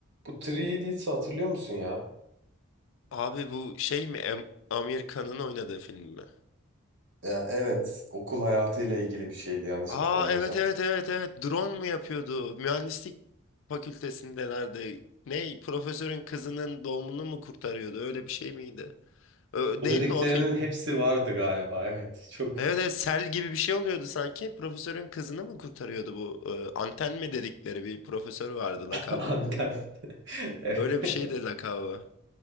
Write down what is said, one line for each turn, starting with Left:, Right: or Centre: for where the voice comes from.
Right: Bu 3 Idiots'ı hatırlıyor musun ya?
Left: Abi bu şey mi? Em- Amir Khan'ın oynadığı film mi?
Right: Ya evet, okul hayatıyla ilgili bir şeydi yanlış
Left: Aa
Right: hatırlamıyorsam.
Left: evet evet evet evet. Drone mu yapıyordu? Mühendislik fakültesindelerdi. Ne? Profesörün kızının doğumunu mu kurtarıyordu? Öyle bir şey miydi? Ö-
Right: Bu
Left: değil
Right: dediklerinin
Left: mi o film?
Right: hepsi vardı galiba. Evet. Çok
Left: Evet, evet sel gibi bir şey oluyordu sanki. Profesörün kızını mı kurtarıyordu bu? e, anten mi dedikleri bir profesör vardı lakabını.
Right: <laughs> anten.
Left: unut-
Right: <laughs> Evet.
Left: Öyle bir şey de
Right: <laughs>
Left: lakabı.